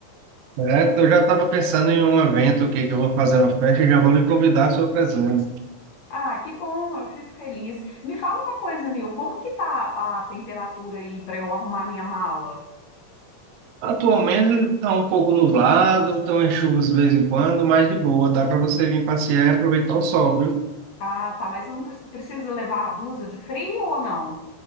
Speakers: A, on the right (about 85°); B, on the left (about 65°).
A: É, eu já estava pensando em um evento que, que eu vou fazer uma festa e já vou lhe convidar à sua presença.
B: Ah, que bom, eu fico feliz. Me fala uma coisa, Nil, como que tá a temperatura aí para eu arrumar minha mala?
A: Atualmente está um pouco nublado, estão em chuvas de vez em quando, mas de boa, dá para você vir passear e aproveitar o sol, viu?
B: Ah, tá, mas eu não pre- preciso levar blusa de frio ou não?